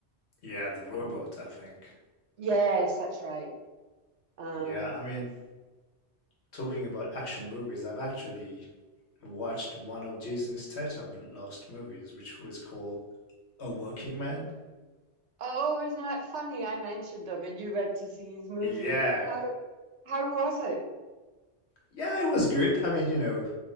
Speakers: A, on the left; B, on the right.
A: Yeah, The Robot,
B: Um,
A: I think.
B: yes, that's right. Um,
A: Yeah, I mean, talking about action movies, I've actually watched one of Jason Statham's last movies, which was called A Working Man?
B: Oh, isn't that funny? I mentioned him and you went to see his movie.
A: Yeah.
B: How how was it?
A: Yeah, it was good. I mean, you know,